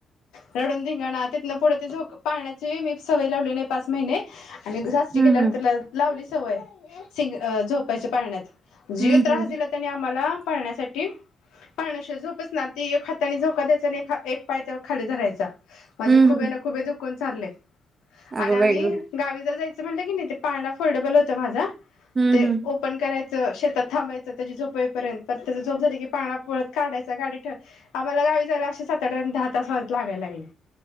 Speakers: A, on the left; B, on the right.
A: रडून धिंगाणा तिथंन पुढे झोका ती पाळण्याची सवय लावली नाही मी पाच महिने आणि सासरी
B: हं,
A: गेल्यावर
B: हं.
A: त्याला लावली सवय सिंग झोपायची पाळण्यात जे
B: हं,
A: त्रास
B: हं.
A: दिला त्याने आम्हाला पाळण्यासाठी पाळण्याशिवाय झोपच ना ती एक हातानी झोका द्यायचा आणि एक हा एक पाय त्यावर खाली धरायचा माझे
B: हं,
A: खुबे
B: हं.
A: न खुबे दुखून चालय आणि
B: अगं
A: आम्ही
B: बाई गं!
A: गावी जर जायच अस म्हटलं की नाय ते पाळणा फोल्डेबल होतं माझा
B: हूं
A: ते
B: हूं
A: ओपन करायचं शेतात थांबायचं तेजी झोप होईपर्यंत परत त्याची झोप झाली की पाकणा परत काढायच गाडीत ठेव आम्हाला गावी जायला असं सात आठ आणि दहा तास वाज लागाय लागले.